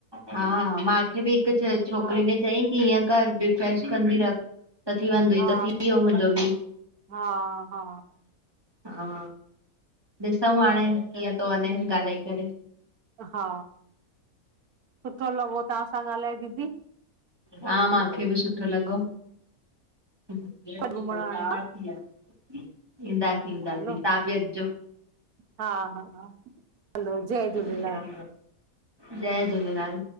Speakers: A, on the right (about 15°); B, on the right (about 85°).
A: हा मांखे बि हिक छोकिरी
B: हा
A: ने चयईं की इअं घर रिफ्रेश कंदी रख। त थी वेंदोई
B: हा
A: त थी वियो मुंहिंजो बि।
B: हा हा
A: हा ॾिसंउ हाणे कीअं थो वञे ॻाल्हाए करे।
B: हा सुठो लॻो तव्हां सां ॻाल्हाए दीदी।
A: हा मांखे बि सुठो लॻो। <unintelligible>
B: घुमण हाणे
A: ईंदासीं ईंदासीं
B: हलो
A: तव्हां बि अचजो।
B: हा हा हा हलो जय
A: ठीकु
B: झूलेलाल
A: आ, जय झूलेलाल